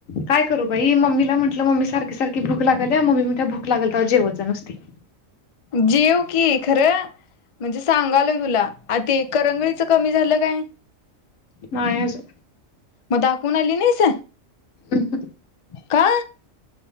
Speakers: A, on the left; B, on the left.
A: काय करू बाई मम्मीला म्हटलं मम्मी सारखी सारखी भूक लागल्या मम्मी म त्या भूक लागल तवा जेवत जा नुसती...
B: जेव की खरं म्हणजे सांगालोय..... तुला आते करंगळीच कमी झालं काय...
A: नाही अजून.
B: मग दाखवून आली नाहीस
A: हम्म
B: का?